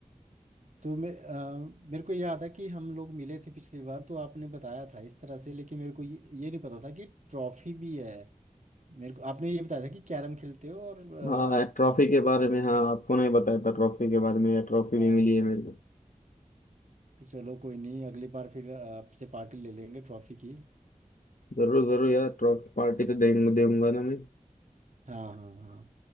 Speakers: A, on the right; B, on the left.
A: तो मैं आ, मेरे को याद है कि हम लोग मिले थे पिछली बार तो आपने बताया था इस तरह से लेकिन मेरे को ये, ये नहीं पता था कि ट्रॉफी भी है मेरे को आपने ये बताया था कि कैरम खेलते हो और
B: हाँ
A: आ, आपका
B: ट्रॉफी के बारे में हाँ आपको नहीं बताया था ट्रॉफी के बारे में या ट्रॉफी
A: हाँ
B: भी मिली है मेरे को
A: तो चलो कोई नहीं अगली बार फिर आपसे पार्टी ले लेंगे ट्रॉफी की तो-
B: जरूर जरूर यार ट्रॉफी पार्टी तो देंगे दूंगा ना मैं
A: हाँ हाँ हाँ